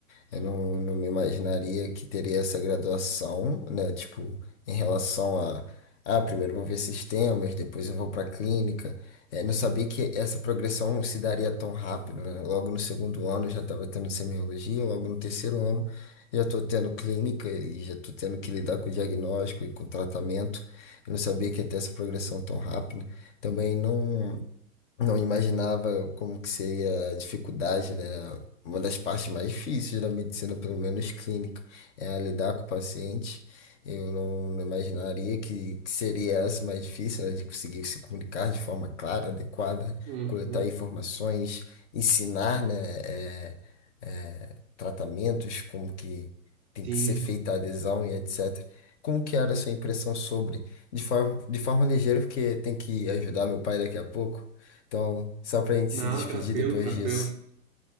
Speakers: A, on the left; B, on the right.
A: Eu não, não me imaginaria que teria essa graduação, né? Tipo, em relação a, ah, primeiro eu vou ver sistemas, depois eu vou para clínica. É, não sabia que essa progressão se daria tão rápido, né? Logo no segundo ano eu já estava tendo semiologia, logo no terceiro ano já estou tendo clínica e já estou tendo que lidar com diagnóstico e com tratamento. Eu não sabia que ia ter essa progressão tão rápida. Também não. Não imaginava como que seria a dificuldade, né? Uma das partes mais difíceis da medicina, pelo menos clínica, é a lidar com o paciente. Eu não não imaginaria que, que seria essa mais difícil, né? De conseguir se comunicar de forma clara, adequada,
B: Uhum,
A: coletar informações, ensinar, né? é, é, tratamentos, como que tem
B: sim.
A: que ser feita a adesão e etc. Como que era a sua impressão sobre, de forma, de forma ligeira, porque tem que ajudar meu pai daqui a pouco. Então, só pra gente
B: Não,
A: se despedir
B: tranquilo,
A: depois
B: tranquilo.
A: disso.